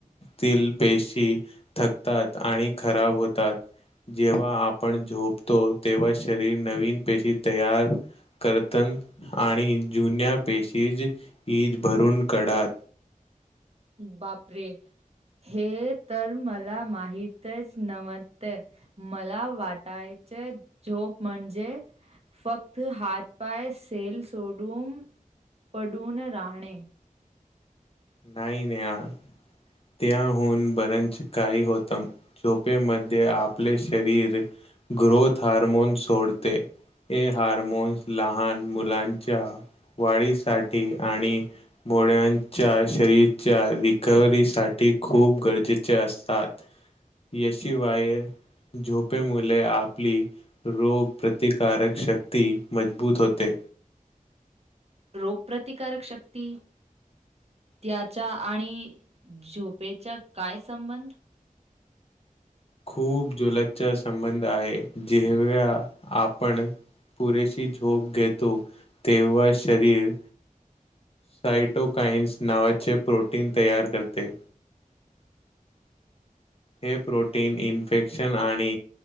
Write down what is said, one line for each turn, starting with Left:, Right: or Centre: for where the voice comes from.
Left: त पेशी थकतात आणि खराब होतात जेव्हा आपण झोपतो तेव्हा शरीर नवीन पेशी तयार करतन आणि जुन्या पेशीज ईद भरून काढात
Right: बापरे हे तर मला माहितच नम्हते मला वाटायच झोप म्हणजे फक्त हातपाय सेल सोडून पडून राहणे
Left: नाही नाही या त्याहून बरंच काही होतं झोपेमध्ये आपले शरीर ग्रोथ हारमोन सोडते हे हार्मोन्स लहान मुलांच्या वाडीसाठी आणि भोड्यां च्या शरीरच्या रिकवरी साठी खूप गरजेचे असतात याशिवाय झोपे मुले आपली रोग प्रतिकारक शक्ती मजबूत होते
Right: रोग प्र्रतिकारक शक्ती त्याचा आणि झोपेचा काय संबंध
Left: खूप जुलतचा संबंध आहे जेवव्हा आपण पुरेशी झोप घेतो तेव्हा शरीर सायटोकाइन्स नावाचे प्रोटीन तयार करते हे प्रोटीन इन्फेक्शन आणि